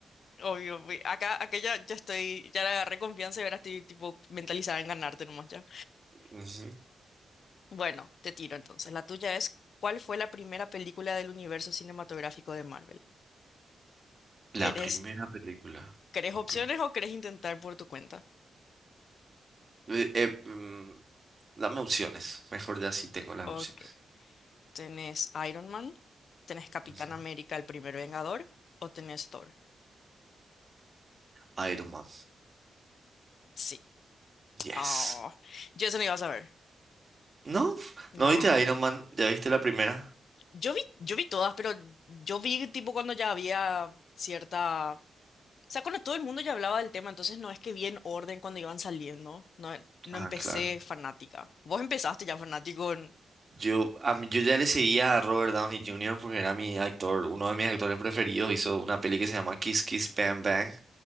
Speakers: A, on the left; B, on the right.
A: <laughs> Obvio, fui- acá, acá ya, ya estoy, ya le agarré confianza y ahora estoy tipo mentalizada en ganarte nomás ya.
B: Ujú.
A: Bueno, te tiro entonces. La tuya es, ¿cuál fue la primera película del universo cinematográfico de Marvel?
B: La
A: ¿Querés,
B: primera película.
A: querés
B: Ok.
A: opciones o querés intentar por tu cuenta?
B: Eh, eh, mm, dame opciones. Mejor ya sí tengo las
A: Ok,
B: opciones.
A: ¿tenés Iron Man? ¿Tenés Capitán
B: Ujú.
A: América, el primer Vengador? ¿O tenés Thor?
B: Iron Man.
A: Sí.
B: Yes.
A: Ah, yo eso no iba a saber.
B: ¿No?
A: No.
B: ¿No viste Iron Man? ¿Ya viste la primera?
A: Yo vi, yo vi todas, pero yo vi tipo cuando ya había cierta... O sea, cuando todo el mundo ya hablaba del tema, entonces no es que vi en orden cuando iban saliendo. No, no
B: Ah,
A: empecé
B: claro.
A: fanática. Vos empezaste ya fanático
B: Yo, a mí- yo ya le seguía a Robert Downey Jr. porque era mi actor, uno de mis actores preferidos. Hizo una peli que se llama Kiss Kiss Bang Bang.